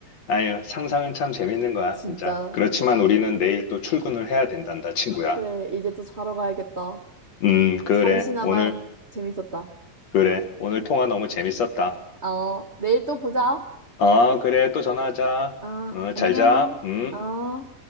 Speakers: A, on the left; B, on the right.
A: 아유 상상은 참 재밌는 거야
B: 진짜.
A: 진짜 그렇지만 우리는 내일 또 출근을 해야 된단다 친구야
B: 그래, 이제 또 자러 가야겠다.
A: 음 그래
B: 잠시나마
A: 오늘
B: 재밌었다.
A: 그래 오늘 통화 너무 재밌었다
B: 어, 내일 또 보자.
A: 아 그래 또 전화하자
B: 어,
A: 어, 잘자
B: 안녕.
A: 음
B: 어.